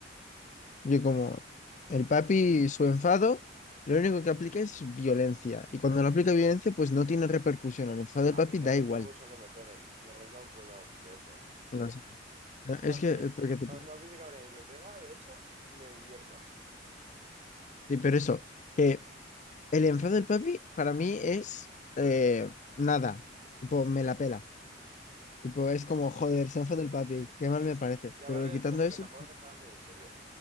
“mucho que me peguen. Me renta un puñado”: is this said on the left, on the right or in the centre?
Right